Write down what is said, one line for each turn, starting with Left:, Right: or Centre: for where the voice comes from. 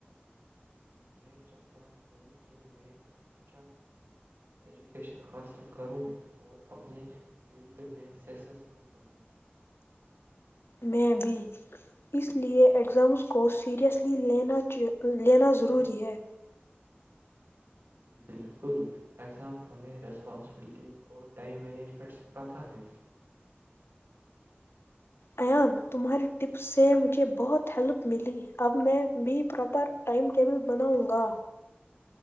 Right: میں چاہتا ہوں کہ میں اچھا ایجوکیشن حاصل کروں اور اپنی فیلڈ میں سکسیسفل بنوں
Left: میں بھی اس لیئے اگزامس کو سیریئسلی لینا لینا ضروری ہے
Right: بالکل ایگزام ہمیں رسپانسبلٹیز اور ٹائم مینجمنٹ سکھاتا ہے
Left: ایان تمہاریے ٹپس سے مجھے بہت ہیلپ ملی اب میں بھی پراپر ٹائم ٹیبل بناؤں گا